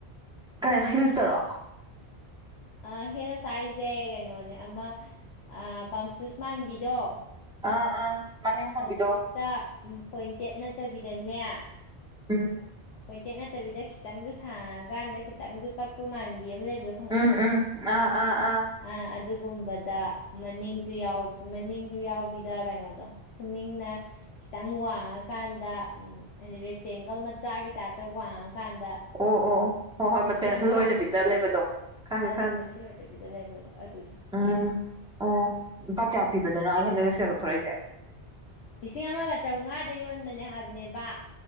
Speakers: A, in the centre; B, on the left.
A: ꯀꯩ ꯍꯤꯜꯁꯇꯔꯣ
B: ꯑꯥ ꯍꯦꯜꯁ ꯍꯥꯏꯖꯦ ꯀꯩꯅꯣꯅꯦ ꯑꯃ ꯑ ꯄꯝꯁꯨꯁ ꯃꯥꯟꯕꯤꯗꯣ
A: ꯑꯥ ꯑꯥ ꯃꯅꯤꯡ ꯍꯣꯟꯕꯤꯗꯣ
B: ꯄꯝꯁꯨꯁꯇ ꯎꯝ ꯄꯣꯏꯟꯇꯦꯠ ꯅꯠꯇꯕꯤꯗꯅꯦ
A: ꯎꯝ
B: ꯄꯣꯏꯟꯇꯦꯠ ꯅꯠꯇꯕꯤꯗ ꯈꯤꯇꯪꯖꯨ ꯁꯥꯥꯡꯉꯒꯥꯟꯗ ꯈꯤꯇꯪꯖꯨ ꯀꯛꯄ ꯃꯥꯟꯕꯤ ꯑꯃ ꯂꯩꯕꯗꯣ
A: ꯎꯝ ꯎꯝ ꯑꯥ ꯑꯥ ꯑꯥ
B: ꯑꯥ ꯑꯗꯨꯒꯨꯝꯕꯗ ꯃꯅꯤꯡꯖꯨ ꯌꯥꯎ ꯃꯅꯤꯡꯖꯨ ꯌꯥꯎꯕꯤꯗ ꯀꯩꯅꯣꯗꯣ ꯈꯨꯅꯤꯡꯅ ꯈꯤꯇꯪ ꯋꯥꯡꯉꯀꯥꯟꯗ ꯎꯝ ꯔꯦꯛꯇꯦꯡꯒꯜ ꯃꯠ ꯆꯥꯒꯤ ꯇꯥꯏꯞꯇ ꯋꯥꯡꯉꯀꯥꯟꯗ
A: ꯑꯣ ꯑꯣ ꯑꯣ ꯍꯣꯏ ꯍꯣꯏ ꯃꯠ ꯄꯦꯟꯁꯤꯜ
B: ꯈꯪꯕ꯭ꯔꯥ
A: ꯑꯣꯏꯗꯕꯤꯗ ꯂꯩꯕꯗꯣ ꯈꯪꯉꯦ
B: ꯍꯣꯏ
A: ꯈꯪꯉꯦ
B: ꯍꯣꯏ ꯄꯦꯟꯁꯤꯜ ꯑꯣꯏꯗꯕꯤꯗ ꯂꯩꯕꯗꯣ ꯑꯗꯨꯗꯣ
A: ꯎꯝ ꯑꯣ ꯂꯄꯥꯥꯛ ꯀꯌꯥ ꯄꯤꯕꯗꯅꯣ ꯑꯩ ꯍꯟꯗꯛꯛꯇ ꯁꯦꯜ ꯇꯣꯛꯊꯣꯔꯛꯏꯁꯦ
B: ꯂꯤꯁꯤꯡ ꯑꯃꯒ ꯆꯥꯝꯃꯉꯥꯗ ꯌꯣꯟꯕꯅꯦ ꯍꯥꯏꯕꯅꯦꯕ